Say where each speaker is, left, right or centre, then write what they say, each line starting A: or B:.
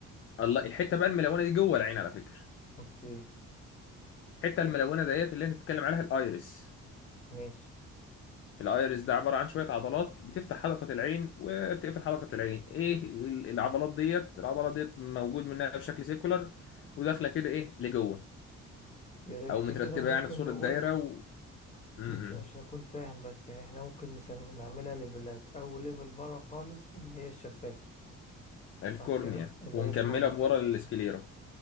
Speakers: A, on the left; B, on the left.
A: الله الحته بقى الملونه دي جوه العين على فكره
B: اوكي
A: الحته
B: يا-
A: الملونه ديت اللي انت بتتكلم عليها الايرس
B: ماشي
A: الايرس ده عباره عن شويه عضلات بتفتح حلقه العين وبتقفل حلقه العين ايه ال- العضلات ديت العضلات ديت موجود منها بشكل سيكولار وداخله كده ايه لجوه
B: يعني احنا
A: او مترتبه
B: كده ممكن
A: يعني في صوره
B: نقول
A: دايره و... م-
B: ممكن
A: م.
B: عشان اكون فاهم بس يعني احنا ممكن نسم... نعملها ليفلات اول ليفل بره خالص اللي هي الشفافة
A: الكورنيا
B: صح كده اللي
A: ومكمله
B: هي الكورنيا
A: بورا السكليرا